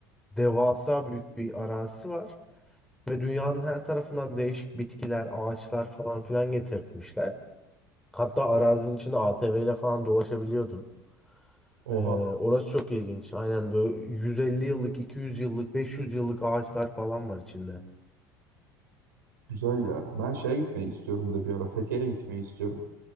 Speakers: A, in the centre; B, on the right.
A: devasa büyük bir arazisi var. Ve dünyanın her tarafından değişik bitkiler, ağaçlar falan filan getirtmişler. Hatta arazinin içinde ATV ile falan dolaşabiliyordun.
B: oha.
A: Ee, orası çok ilginç. Aynen böyle 150 yıllık, 200 yıllık, 500 yıllık ağaçlar falan var içinde.
B: Güzel ya. Ben şeye gitmeyi istiyorum bir de bir ara. Fethiye'ye gitmeyi istiyorum.